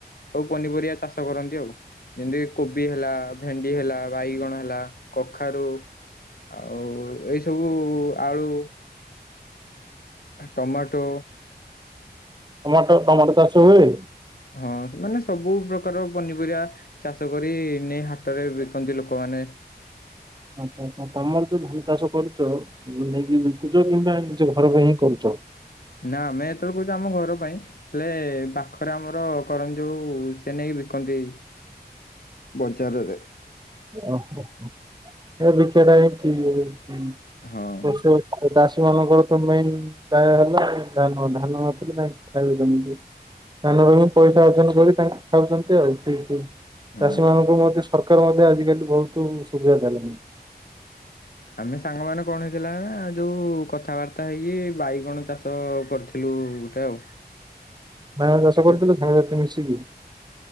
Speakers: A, on the left; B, on the right.
A: ସବୁ ପନିପରିବା ଚାଷ କରନ୍ତି ଆଉ ଯେମିତି କୋବି ହେଲା ଭେଣ୍ଡି ହେଲା ବାଇଗଣ ହେଲା କଖାରୁ ଆଉ ଏଇ ସବୁ ଆଳୁ ଟମାଟୋ
B: ଟମାଟୋ, ଟମାଟୋ ଚାଷ ହୁଏ?
A: ହଁ ମାନେ ସବୁ ପ୍ରକାର ପନିପରିବା ଚାଷ କରି ନେଇ ହାଟରେ ବିକନ୍ତି ଲୋକମାନେ।
B: ଆଚ୍ଛା ଆଚ୍ଛା ତମର ଯୋଉ ଧାନ ଚାଷ କରୁଚ ନେଇକି ବିକୁଚ ନା ନିଜ ଘର ପାଇଁ ହିଁ କରୁଚ?
A: ନା ଆମେ ଯେତେବେଳେ କରୁଚୁ ଆମ ଘର ପାଇଁ ହେଲେ ପାଖରେ ଆମର କରଂଯୋଉ ସେ ନେଇ ବିକନ୍ତି। ବଜାରରେ।
B: ଓହୋ <unintelligible> ବିକିବା ଟା ହିଁ ଠିକ।
A: ହଁ
B: <unintelligible> ଚାଷୀ ମାନଙ୍କର ତ ମେନ୍। ପ୍ରାଏ ହେଲା ଧାନ, ଧାନ ନଥିଲେ ନାଇଁ ଖାଇବ କେମିତି? ଧାନ ଚାଷ କରିକି ପଇସା ଅର୍ଜନ କରି ତାଙ୍କେ ଖାଉଛନ୍ତି ଆଉ ଠିକ୍ ଠିକ୍।
A: ହଁ
B: ଚାଷୀ ମାନଙ୍କୁ ମଧ୍ୟ ସରକାର ମଧ୍ୟ ଆଜିକାଲି ବହୁତ ସୁବିଧା ଦେଲାଣି।
A: ଆମେ ସାଙ୍ଗ ମାନ କଣ ହେଇଥିଲା ନା ଯୋଉ କଥାବାର୍ତ୍ତା ହେଇକି ବାଇଗଣ ଚାଷ କରିଥିଲୁ। ବିଲୁ ଗୋଟେ ଆଉ।
B: ବାଇଗଣ ଚାଷ
A: ଯେତେବେଳେ
B: କରୁଥିଲୁ ସାଙ୍ଗସାଥି ମିଶିକି।